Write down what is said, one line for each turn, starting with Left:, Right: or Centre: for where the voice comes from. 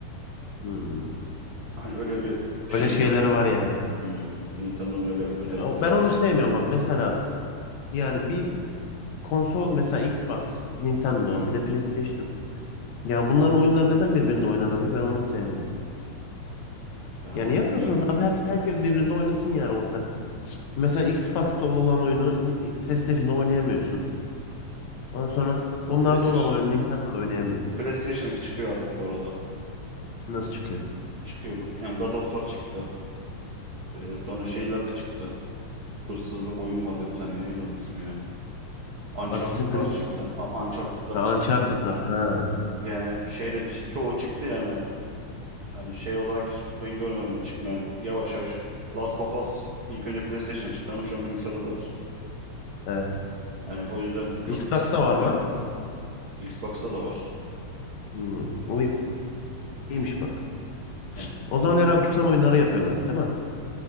Left: Hmm.
Right: Hani öyle bir şey
Left: Öyle şeyleri
Right: var.
Left: var yani.
Right: Hmm, Nintendo'nun öyle özellikleri
Left: Ya, o- ben
Right: var.
Left: onu sevmiyorum bak. Mesela yani bir konsol mesela Xbox, Nintendo
Right: Hı hı.
Left: bir de PlayStation. Yani bunların oyunları neden birbirinde oynanamıyor? Ben onu sevmiyorum.
Right: Yani
Left: Yani
Right: bunu
Left: yapıyorsanız
Right: bilmiyorum.
Left: abi her, herkes birbirinde oynasın yani ortak. Mesela Xbox'ta olan oyunu ni- PlayStation'da oynayamıyorsun. Ondan sonra
Right: Ya,
Left: onlarda
Right: PlayStation
Left: olan oyunu Nintendo'da oynayamıyorsun.
Right: PlayStation 2 çıkıyor artık bu arada.
Left: Nasıl çıkıyor?
Right: Çıkıyor. Yani God of War çıktı. Ee, sonra şeyler de çıktı. Hırsızlık oyun vardı bir tane. Neydi onun ismi ya? Uncharted'lar
Left: Assassin's Creed
Right: çıktı.
Left: mi?
Right: A- Uncharted'lar
Left: Ha
Right: çıktı.
Left: Uncharted'lar. Ha
Right: Yani şeyle ç- çoğu çıktı yani. Yani şey olarak hiç ben görmedim çıkmayan. Yavaş yavaş. Last of Us ilk önce PlayStation'a çıktı ama şu an bilgisayarda da var.
Left: evet.
Right: Yani o yüzden çok
Left: Xbox'ta
Right: da sıkıntı
Left: var mı?
Right: değil. Xbox'ta da var.
Left: Hmm, o iyiymiş bak.
Right: Yani
Left: O zaman herhalde tutan oyunları yapıyorlar değil mi?